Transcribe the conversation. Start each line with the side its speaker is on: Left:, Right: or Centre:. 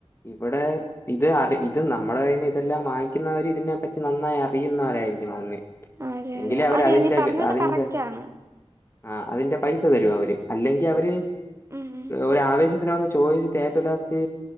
Left: ഇവടെ ഇത് അറി ഇത് നമ്മുടെ കൈന്ന് ഇതെല്ലാം വാങ്ങിക്കുന്നവര് ഇതിനെപ്പറ്റി നന്നായി അറിയുന്നവരായിരിക്കണം വന്നേ.
Right: ആ അതെ
Left: എങ്കിലെ
Right: അതെ
Left: അവര്
Right: അതെ
Left: അതിന്റെ
Right: നീ പറഞ്ഞത്
Left: വെ അതിൻ്റെ
Right: കറക്റ്റ് ആണ്
Left: ആഹ് അതിന്റെ പൈസ തരും അവര്. അല്ലെങ്കി അവര്
Right: ആഹ്
Left: ഒരു ആവേശത്തിന് ഒന്ന് ചോദിച്ചിട്ട് ഏറ്റവും ലാസ്റ്റ്